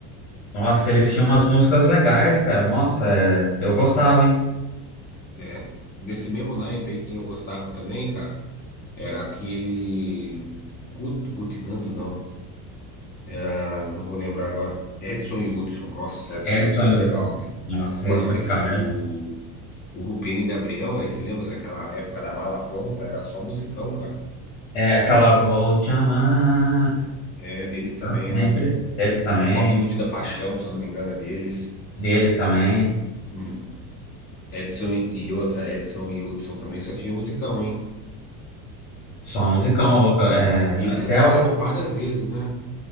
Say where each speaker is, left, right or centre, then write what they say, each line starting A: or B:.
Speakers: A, on the left; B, on the left.
A: Nossa, eles tinham umas músicas legais, cara. Nossa, é, eu gostava, hein?
B: É. Nesse mesmo naipe aí, quem eu gostava também, cara. Era aquele. Gut... Gutinando, não. Era. Não vou lembrar agora. Edson e Hudson. Nossa, Edson
A: Edson,
B: e Hudson era
A: eu...
B: legal, velho.
A: nossa,
B: Mano,
A: esses
B: mas
A: caras.
B: o. Hugo Pena e Gabriel, velho. Você lembra daquela época da mala pronta? Era só musicão, cara.
A: É aquela Vou Te Amar
B: É, deles também,
A: pra sempre.
B: né?
A: Deles também.
B: Robin Hood da Paixão, se eu não me engano, é deles.
A: Deles também.
B: Uhum. Edson e e outra, Edson e Hudson também só tinha musicão, hein?
A: Só musicão, louco. É,
B: E eles
A: até
B: separaram
A: o.
B: várias vezes, né?